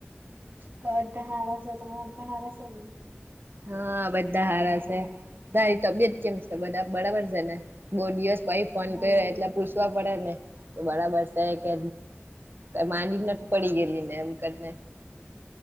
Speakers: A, on the right (about 40°); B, on the right (about 60°).
A: બધા હારા સે તમાર તા હારા સે ને?
B: હા, બધા હારા છે. તારી તબિયત કેમ છે, બધા બરાબર છેને, બહુ દિવસ પઈ ફોન
A: હા
B: કર્યો, એટલે પૂછવા પડે ને તો બરાબર છે, કે ઈ માંડી નથી, પડી ગયેલીને એમ કરીને